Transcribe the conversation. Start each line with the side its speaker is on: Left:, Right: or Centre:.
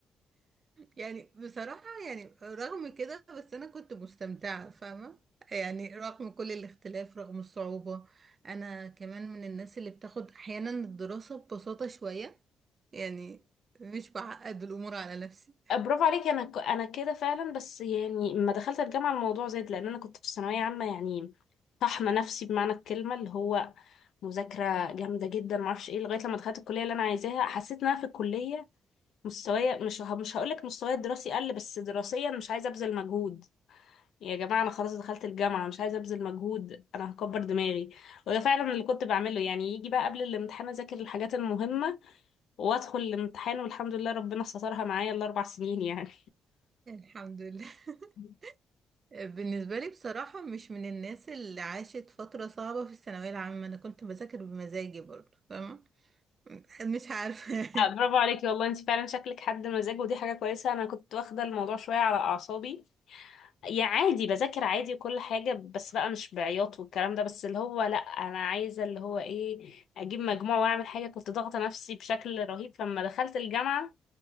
Right: يعني بصراحة يعني رغم كده بس أنا كنت مستمتعة فاهمة يعني رغم كل الاختلاف رغم الصعوبة أنا كمان من الناس اللي بتاخد أحيانا الدراسة ببساطة شوية يعني مش بعقد الأمور على نفسي
Left: برافو عليكي انا ك- انا كده فعلا بس يعني لما دخلت الجامعه الموضوع زاد لان انا كنت في ثانويه عامه يعني طحنه نفسي بمعنى الكلمه اللي هو مذاكره جامده جدا ما اعرفش ايه لغايه لما دخلت الكليه اللي انا عايزاها حسيت ان انا في الكليه مستوايا مش ه- مش هقول لك مستواي الدراسي قل بس دراسيا مش عايزه ابذل مجهود يا جماعه انا خلاص دخلت الجامعه مش عايزه ابذل مجهود انا هكبر دماغي وده فعلا اللي كنت بعمله يعني يجي بقى قبل الامتحان اذاكر الحاجات المهمه وادخل الامتحان والحمد لله ربنا سترها معايا الاربع سنين يعني
Right: يعني الحمد لله <laughs>
Left: <laughs>
Right: بالنسبة لي بصراحة مش من الناس اللي عاشت فترة صعبة في الثانوية العامة أنا كنت بذاكر بمزاجي برضو فاهمة مش عارفة <laughs>
Left: آه، برافو عليكي والله انت فعلا شكلك حد مزاج ودي حاجة كويسة انا كنت واخدة الموضوع شوية على اعصابي يا عادي بذاكر عادي وكل حاجة بس بقى مش بعياط والكلام ده بس اللي هو لا انا عايزة اللي هو ايه اجيب مجموع واعمل حاجة كنت ضاغطة نفسي بشكل رهيب فلما دخلت الجامعة